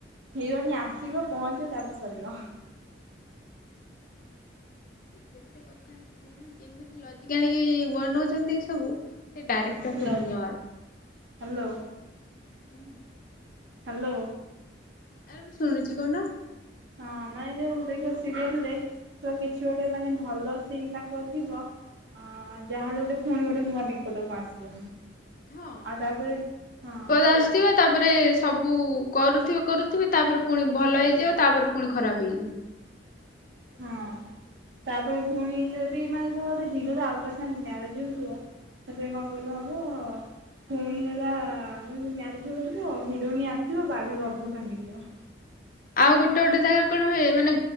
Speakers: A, on the right; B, on the left.
A: ହିରୋଇନୀ ଆସିବ ପହଞ୍ଚିବ ତାପରେ ସରିବ।
B: କେତେ କଥା ଅଛି କେମିତି ଲଜିକି ଆଣିକି ବନୋଉଚନ୍ତି ସବୁ ସେ ଡାଇରେକ୍ଟରକୁ
A: ହ୍ୟାଲୋ
B: ଧନ୍ୟବାଦ
A: ହ୍ୟାଲୋ
B: ହୁଁ।
A: ହାଲୋ।
B: ଆରେ ମୁଁ ଶୁଣିଚି କହୁନ?
A: ହଁ ମାନେ ଯୋଉ ଦେଖିବ ସିରିଏଲରେ ତକିଛି ଗୋଟେ ମାନେ ଭଲ ସିନ୍ ତାଙ୍କର ଥିବ ଅଁ ଯାହାହେଲେ ଗୋଟେ ପୁଣି ଗୋଟେ ନୂଆ ବିପଦ କଣ ଆସିବ।
B: ହଁ।
A: ଆଉ ତାପରେ ହଁ।
B: <unintelligible> ତାପରେ ସବୁ କରୁଥିବେ କରୁଥିବେ ତାପରେ ପୁଣି ଭଲ ହେଇଯିବ ତାପରେ ପୁଣି ଖରାପ୍ ହେଇଯିବ। <inaudible>
A: ହଁ ତାପରେ ପୁଣି ଯଦି ମାନେ ଧର ଗୋଟେ ହିରୋର ଆଉକାସାଙ୍ଗେ ମ୍ୟାରେଜ୍ ହଉଥିବ ସେତିରେ କଣ କହିଲ ହବ ପୁଣି ହେଲା ମାନେ ମ୍ୟାରେଜ୍ ହୋଉଥିବ ହିରୋଇନ ଆସିବ ବାହାଘର ଅଧାରୁ ଭାଙ୍ଗିଯିବ।
B: ଆଉ ଗୋଟେ ଗୋଟେ ଜାଗାରେ କଣ ହୁଏ ମାନେ